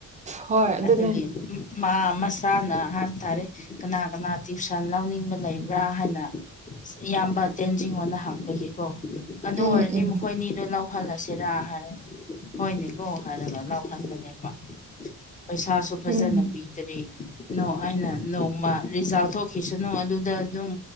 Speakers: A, on the right; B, on the left.
A: ꯍꯣꯏ ꯑꯗꯨꯅꯦ
B: ꯑꯗꯒꯤ ꯃꯥ ꯃꯁꯥꯅ ꯍꯥꯏꯕ ꯇꯥꯔꯦ ꯀꯅꯥ ꯀꯅꯥ ꯇ꯭ꯋꯨꯁꯟ ꯂꯧꯅꯤꯡꯕ ꯂꯩꯕ꯭ꯔꯥ ꯍꯥꯏꯅ ꯏꯌꯥꯝꯕ ꯇꯦꯟꯖꯤꯡꯅ ꯍꯪꯕꯒꯤꯀꯣ ꯑꯗꯨ
A: ꯎꯝ
B: ꯑꯣꯏꯔꯗꯤ
A: ꯎꯝ
B: ꯃꯈꯣꯏꯅꯤꯗꯨ ꯂ ꯂꯥꯎꯍꯜꯂꯁꯤꯔꯥ ꯍꯥꯏꯔꯒ ꯍꯣꯏꯅꯦꯀꯣ ꯍꯥꯏꯔꯒ ꯂꯥꯎꯍꯟꯕꯅꯦꯕ ꯄꯩꯁꯥꯁꯨ ꯐꯖꯅ
A: ꯎꯝ
B: ꯄꯤꯗ꯭ꯔꯔꯤ ꯅ ꯑꯩꯅ ꯅꯣꯡꯃ ꯔꯤꯖꯥꯜ ꯊꯣꯛꯈꯤꯁꯅꯨ ꯑꯗꯨꯗ ꯑꯗꯨꯝ